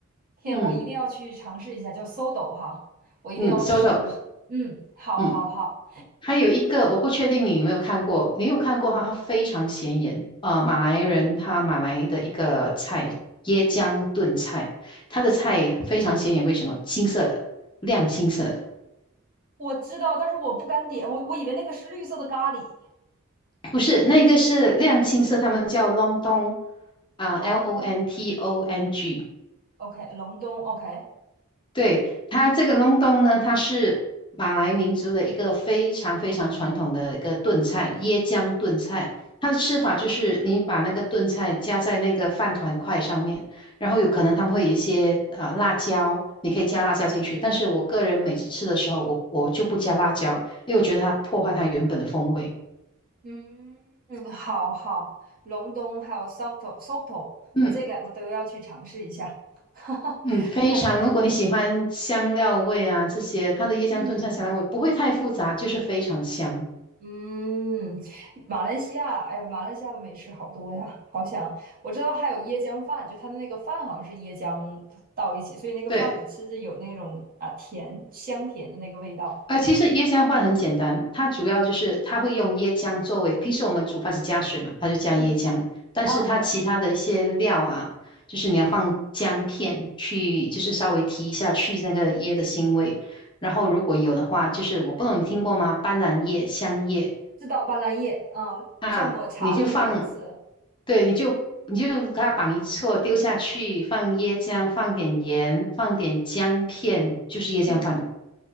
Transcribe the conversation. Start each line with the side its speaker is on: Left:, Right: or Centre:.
Right: 天，
Left: 嗯
Right: 我一定要去尝试一下，叫 s o d o 哈，我一定要试一试。
Left: 嗯，soto，
Right: 嗯，好，
Left: 嗯。
Right: 好，好，
Left: 还有一个我不确定你有没有看过，你有看过的话，它非常显眼。呃，马来人他马来的一个菜，椰浆炖菜，它的菜非常显眼，为什么？青色的，亮青色的，
Right: 我知道，但是我不敢点，我我以为那个是绿色的咖喱，
Left: 不是那个是亮青色，他们叫 l o n d o n g 啊，L
Right: 隆冬
Left: O N T O N G，
Right: ，OK，隆冬，OK，
Left: 对，它这个隆冬呢，它是马来民族的一个非常非常传统的一个炖菜，椰浆炖菜。它的吃法就是你把那个炖菜加在那个饭团块上面，然后有可能他们会有一些呃辣椒，你可以加辣椒进去。但是我个人每次吃的时候，我我就不加辣椒，因为我觉得它破坏它原本的风味。
Right: 嗯，嗯，好好，隆冬还有 Soto Soto，
Left: 嗯
Right: 我这两个都要去尝试一下，<laughs> 哈哈，
Left: 嗯，非常。
Right: 看起来，
Left: 如果你喜欢香料味啊这些，它的椰浆炖菜香料味不会太复杂，
Right: 嗯。
Left: 就是非常香。
Right: 嗯，马来西亚，哎呦，马来西亚的美食好多呀，好想，我知道还有椰浆饭，就它的那个饭好像是椰浆到一起，所以那个饭你吃着有那种啊甜香甜的那个味道
Left: 对。呃，其实椰浆饭很简单，它主要就是它会用椰浆作为，平时我们煮饭是加水嘛，它就加椰浆，
Right: 嗯
Left: 但是它其他的一些料啊，
Right: 啊，
Left: 就是你要放姜片去，就是稍微提一下去那个椰的腥味，然后如果有的话，就是我不懂你听过吗？斑斓叶、香叶
Right: 知道斑斓叶啊，
Left: 啊，
Right: 像抹嗯茶的那个颜色，
Left: 你就放，对，你就你就给它绑一撮丢下去，放椰浆，放点盐，放点姜片，就是椰浆饭了。
Right: 嗯。